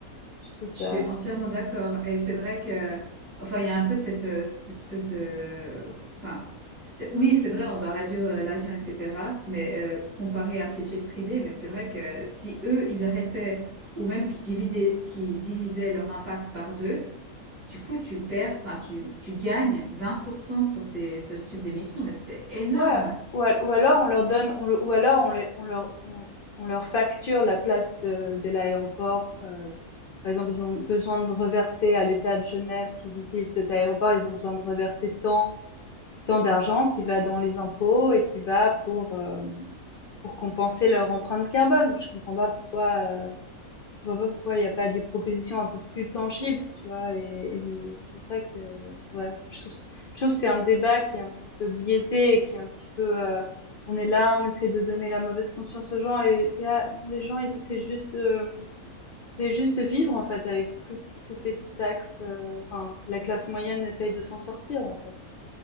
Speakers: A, on the left; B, on the right.
A: je trouve ça...
B: Je suis entièrement d'accord. Et c'est vrai que, enfin, il y a un peu cette, euh, cette espèce de, enfin, c'est- oui, c'est vrai, on doit réduire euh, l'avion, etc. Mais euh, comparé à ces jets privés, mais c'est vrai que si eux, ils arrêtaient ou même qu'ils divisaient, qu'ils divisaient leur impact par deux, Du coup, tu perds, enfin, tu, tu gagnes 20% sur ces, ce type d'émission, mais c'est énorme.
A: Ouais, ou, al- ou alors on leur donne, on le- ou alors on, les- on leur, on, on leur facture la place de, de l'aéroport euh, Par exemple, ils ont besoin de reverser à l'État de Genève, s'ils utilisent cet aéroport, ils ont besoin de reverser tant, tant d'argent qui va dans les impôts et qui va pour, euh, pour compenser leur empreinte carbone. Je comprends pas pourquoi, euh, je vois pas pourquoi il n'y a pas des propositions un peu plus tangibles, tu vois, et, et c'est pour ça que, ouais, je trouve, je trouve que c'est un débat qui est un petit peu biaisé et qui est un petit peu, euh, on est là, on essaie de donner la mauvaise conscience aux gens et t'es là, bon, les gens, ils essaient juste de, c'est juste de vivre en fait avec toutes toutes les taxes, heu, enfin la classe moyenne essaye de s'en sortir en fait.